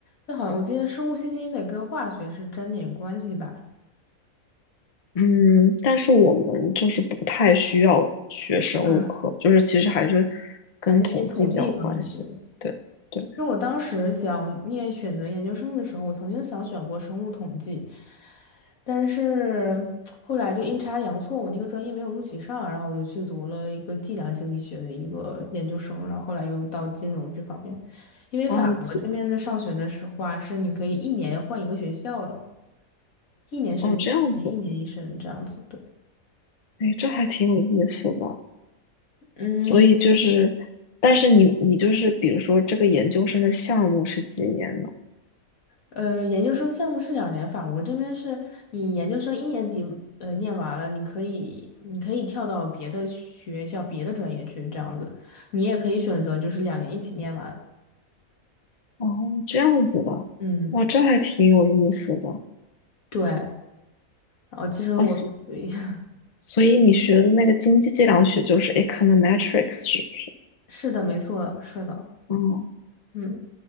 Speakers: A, on the left; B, on the left.
A: 那好像我记得生物信息得跟化学是沾点关系吧？
B: 嗯，但是我们就是不太需要学生物课，
A: 啊，
B: 就是其实还是跟统计比较有关系。
A: 还是偏统计方面，对。
B: 对对，
A: 就我当时想念选择研究生的时候，我曾经想选过生物统计，但是后来就阴差阳错，我那个专业没有录取上，然后我就去读了一个计量经济学的一个研究生，然后后来又到金融这方面，因为法国这边的上学的是话是你可以一年换一个学校的，
B: 哦，其
A: 一年申一年一年一申这样子，
B: 哦这样子，
A: 对，
B: 哎，这还挺有意思的。
A: 嗯。
B: 所以就是，但是你你就是比如说这个研究生的项目是几年呢？
A: 呃，研究生项目是两年法，我这边是你研究生一年级呃念完了，你可以你可以跳到别的学校、别的专业去这样子，你也可以选择就是两年一起念完。
B: 哦，这样子的，
A: 嗯，
B: 哇，这还挺有意思的。
A: 对。然后其实我，
B: 哦，所
A: <laughs>
B: 所以你学的那个经济计量学就是 econometrics 是不是？
A: 是的，没错的，是的，
B: 哦
A: 嗯。